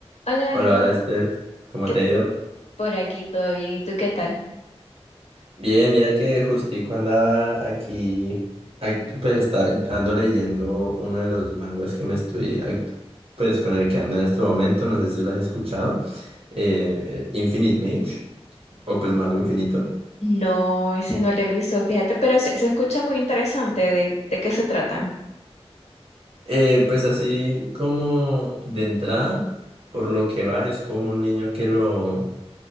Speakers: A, on the left (about 85°); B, on the right (about 60°).
A: Hola,
B: Hola,
A: Nico,
B: hola Steph, ¿cómo
A: ¿qué
B: te ha ido?
A: por aquí? ¿Todo bien? ¿Y tú qué tal?
B: Bien, mira que justico andaba aquí, ac- pues está, ando leyendo uno de los manguas que me estoy, ac- pues con el que ando en este momento, no sé si lo has escuchado, eh, Infinite Mage, o pues Mago Infinito.
A: No, ese no lo he visto, fíjate, pero se, se escucha muy interesante. ¿De, de qué se trata?
B: Eh, pues así como de entrada, por lo que va, es como un niño que lo